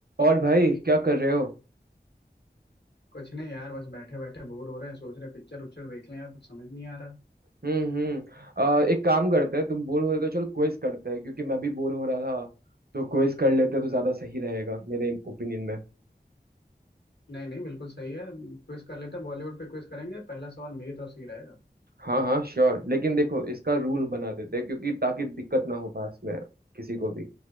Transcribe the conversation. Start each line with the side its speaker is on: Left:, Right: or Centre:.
Right: और भाई क्या कर रहे हो
Left: कुछ नहीं यार बस बैठे बैठे बोर हो रहे हैं सोच रहे पिक्चर उच्चर देख लें यार कुछ समझ नहीं आ रहा
Right: हम्म हम्म आ, एक काम करते हैं तुम बोर हो रहे हो तो चलो क्विज करते हैं क्योंकि मैं भी बोर हो रहा था तो क्विज कर लेते हैं तो ज्यादा सही रहेगा मेरे ओपिनियन में
Left: नहीं नहीं बिल्कुल सही है क्विज कर लेते हैं बॉलीवुड पे क्विज करेंगे पहला सवाल मेरी तरफ से ही रहेगा
Right: हाँ हाँ श्योर लेकिन देखो इसका रूल बना देते हैं क्योंकि ताकि दिक्कत ना हो पास में किसी को भी